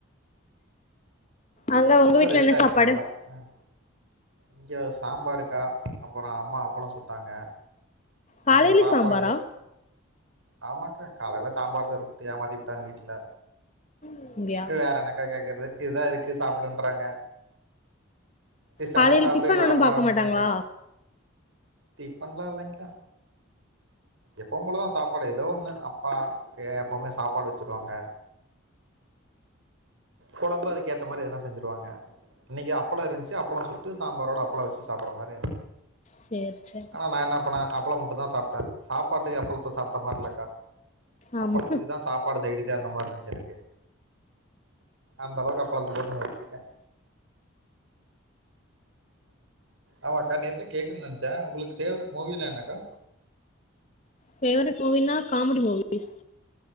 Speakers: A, on the right; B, on the left.
A: ஐயோ
B: அங்க உங்க
A: ரொம்ப
B: வீட்ல
A: ரிஸ்க்கா
B: என்ன
A: இருக்கு
B: சாப்பாடு
A: போல ம் இங்க சாம்பாருக்கா அப்பறோ அம்மா அப்பள சுட்டாங்க
B: காலைலே
A: அப்புறோ சாப்பாடு
B: சாம்பாரா
A: ஆமாக்கா காலைல சாம்பார் சோறு போட்டு ஏமாத்திபுட்டாங்க வீட்ல
B: அப்டியா
A: வேற என்னக்கா கேக்கறது இதுதா இருக் கு சாப்புடுன்றாங்க இஷ்டனா
B: காலையில
A: சாப்ட்டு
B: டிஃபன்
A: இல்லனா
B: ஒன்னும்
A: போலான்றாங்க
B: பாக்க மாட்டாங்களா
A: டிஃபன்லா இல்லயிங்கா எப்பவு போலதா சாப்பாடு ஏதோ ஒன்னு அப்பா ஏ எப்போமே சாப்பாடு வச்சிருவாங்க கொழம்பு அதுக்கேத்த மாரி எதனா செஞ்சுருவாங்க இன்னிக்கி அப்பள இருஞ்சு அப்பளம் சுட்டு சாம்பாரோட அப்பள வெச்சு சாப்பிடுற மாரி <inaudible>
B: சேரி சேரி
A: ஆனா நா என்னா பண்ணே அப்பளம் மட்டுந்தா சாப்டே சாப்பாட்டுக்கு அப்பளத்த சாப்ட்ட மாரில்லக்கா
B: ஆமா
A: அப்பளத்துக்குதா சாப்பாடு சைட்டிஷ் ச அந்த மாரிந்துஞ்சு எனக்கு அந்தளவுக்கு அப்பளத்த போட்டு நொறுக்கீட்ட ஆமாகா நேதே கேக்குன்னு நெனச்சா உங்குளுக்கு ஃபேவரைட் மூவிலா என்னாகா
B: ஃபேவரைட் மூவினா காமெடி மூவிஸ்